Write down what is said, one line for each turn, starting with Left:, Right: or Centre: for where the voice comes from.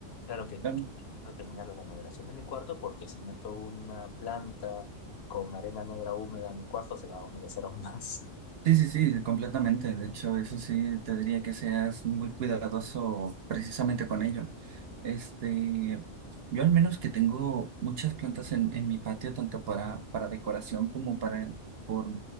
Left: Claro que
Right: claro.
Left: no terminar la remodelación de mi cuarto porque si meto una planta con arena negra húmeda a mi cuarto se va a humedecer aún más. <laughs>
Right: Sí, sí, sí, completamente. De hecho, eso sí, te diría que seas muy cuidadoso precisamente con ello. Este, yo al menos que tengo muchas plantas en, en mi patio, tanto para, para decoración como para por,